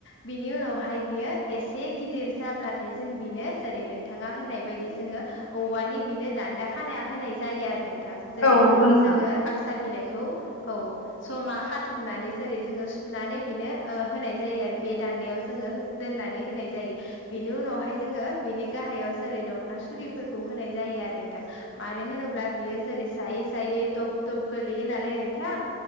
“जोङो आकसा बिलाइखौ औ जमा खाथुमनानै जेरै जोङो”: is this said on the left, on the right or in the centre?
Left